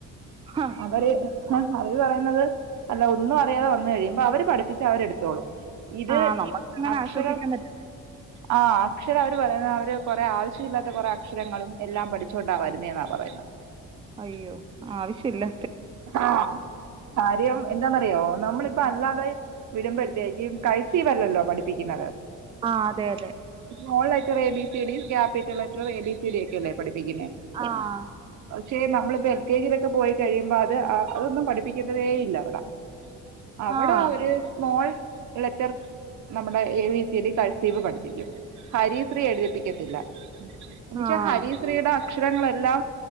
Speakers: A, on the right (about 15°); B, on the right (about 65°).
A: ഹ
B: അവര്. ഹരി പറയുന്നത് അല്ല ഒന്നും അറിയാതെ വന്നു കഴിയുമ്പോ അവര് പഠിപ്പിച്ച അവര് എടുത്തോളും. ഇത്
A: ആഹ് നമ്മക്ക് അങ്ങനെ
B: അക്ഷരം
A: ആശ്വസിക്കാൻ പറ്റ
B: ആഹ അക്ഷര എന്നട്ട് പറയുന്ന അവര് കൊറെ ആവശ്യല്ലാത്ത കുറെ അക്ഷരങ്ങളും എല്ലാം പഠിച്ചുകൊണ്ടാ വരുന്നേ എന്നാ പറയുന്നത്
A: അയ്യോ ആവശ്യല്ല.
B: ആഹ് കാര്യം എന്താന്ന അയോ നമ്മളിപ്പ അല്ലാതെ വിടുമ്പഴത്തേക്ക് കെഎസ് ബ് വല്ലല്ലോ പഠിപ്പിക്കുന്നത്.
A: ആഹ് അതെ അതെ
B: small letter A B C D capital letter A B C D ഒക്കെയല്ലേ പഠിപ്പിക്കുന്നേ.
A: ആഹ്.
B: പക്ഷെ നമ്മളിപ്പോ എൽ കെ ജിയിലൊക്കെ പോയി കഴിയുമ്പോ അത് അതൊന്നും പഠിപ്പിക്കുത്തതേ യില്ല അവടെ. അവിടെ
A: ആഹ്
B: അവര് സ്മോൾ ലെറ്റർ നമ്മുടെ A V C D cursive പഠിപ്പിക്കും. ഹരീസ്രീ എഴുതിപ്പിക്കത്തില്ല ന്നുവെച്ച
A: ആഹ്
B: ഹരീ. സ്ത്രീടെ അക്ഷരങ്ങളെല്ലാം